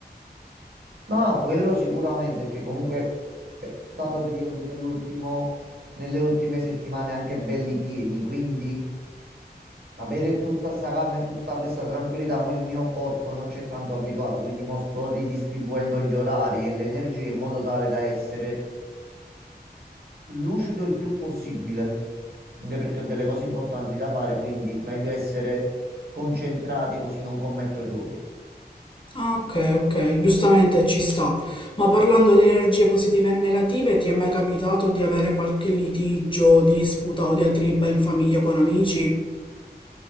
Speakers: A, on the right; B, on the left.
A: No, no, quello sicuramente, perché comunque ho stato periodi nell'ultimo, nelle ultime settimane anche belli pieni, quindi avere tutta sta calma e tutta questa tranquillità, ma il mio corpo non c'è tanto abituato, quindi mo sto ridistribuendo gli orari e le energie in modo tale da essere lucido il più possibile, anche perché ho delle cose importanti da fare, quindi meglio essere concentrati così non commetto errori.
B: Ah, ok, ok, giustamente ci sta. Ma parlando di energie positive e negative, ti è mai capitato di avere qualche litigio, disputa o diatriba in famiglia con amici?